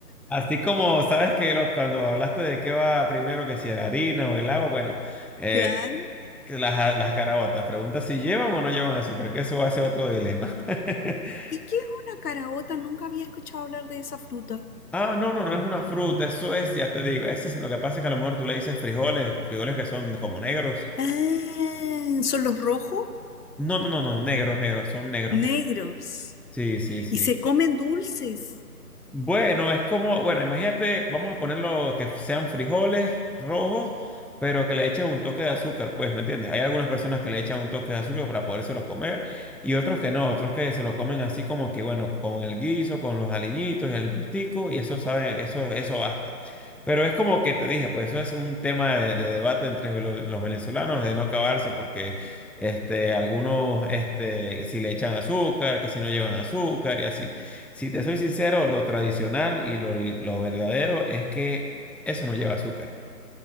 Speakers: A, in the centre; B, on the left.
A: así como sabes que lo- cuando hablaste de qué va primero, que si la harina o el agua, bueno, eh,
B: Claro.
A: que las, las caraotas, pregunta si llevan o no llevan azúcar, que eso va a ser otro dilema. <laughs>
B: ¿Y qué es una caraota? Nunca había escuchado hablar de esa fruta.
A: Ah, no, no, no es una fruta, eso es, ya te digo, ese es, lo que pasa es que a lo mejor tú le dices frijoles, los frijoles que son como negros.
B: Ah, son los rojos,
A: No, no, no, no, negros, negros, son negros.
B: negros.
A: Sí, sí, sí.
B: Y se comen dulces,
A: Bueno, es como, bueno, imagínate, vamos a ponerlo que sean frijoles rojos, pero que le echen un toque de azúcar, pues, ¿me entiendes? Hay algunas personas que le echan un toque de azúcar para podérselos comer y otros que no, otros que se los comen así como que, bueno, con el guiso, con los aliñitos y el gustico y eso saben, eso, eso basta. Pero es como que te dije, pues eso es un tema de, de debate entre los, los venezolanos de no acabarse porque este, algunos, este, si le echan azúcar, que si no llevan azúcar y así. Si te soy sincero, lo tradicional y lo, lo verdadero es que eso no lleva azúcar.